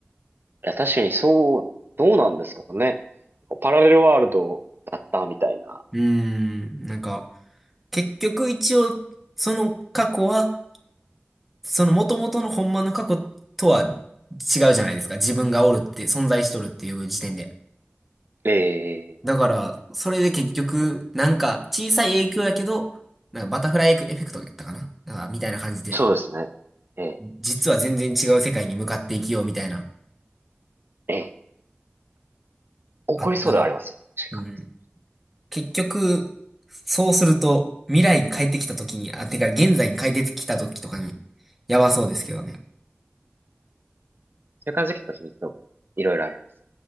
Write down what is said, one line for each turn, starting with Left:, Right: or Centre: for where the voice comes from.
Right: や、確かにそう、どうなんですかね。パラレルワールドだったみたいな。
Centre: うーん、なんか、結局一応、その過去は、その元々のほんまの過去とは違うじゃないですか。自分がおるって、存在しとるっていう時点で。
Right: ええ
Centre: だから、それで結局、なんか小さい影響やけど、なんかバタフライエフェクトやったかななんか、みたいな感じで、
Right: そうですね。ええ、
Centre: 実は全然違う世界に向かっていきようみたいな。
Right: ええ。怒りそうではありますよ。
Centre: あったら。
Right: 確かに。
Centre: うん。結局、そうすると、未来に帰ってきた時に、あ、てか現在に帰ってきた時とかに、やばそうですけどね。
Right: そういう感じで結構秘密をいろいろあります。